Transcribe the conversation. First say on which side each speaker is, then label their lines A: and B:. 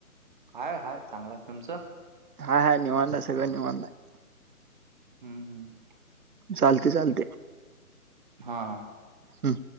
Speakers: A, on the right; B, on the right.
A: हाय हाय चांगलाय तुमचं
B: हाय हाय निवांत हाय सगळ निवांत हाय.
A: हम्म हम्म
B: चालते चालते.
A: हा
B: हम्